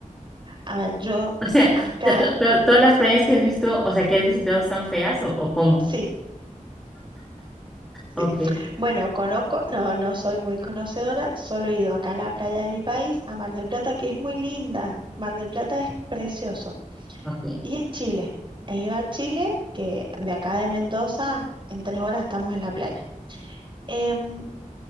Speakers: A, on the right; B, in the centre.
A: A ver, yo
B: O sea,
A: acá,
B: o sea, to- to- todas las playas que has visto, o sea, que has visitado están feas o, o cómo?
A: sí. Sí.
B: Ok,
A: Bueno, conozco, no, no soy muy conocedora, solo he ido acá a la playa de mi país, a Mar del Plata, que es muy linda. Mar del Plata es precioso.
B: ok.
A: Y en Chile, he ido a Chile, que de acá de Mendoza, en tres horas estamos en la playa. Em,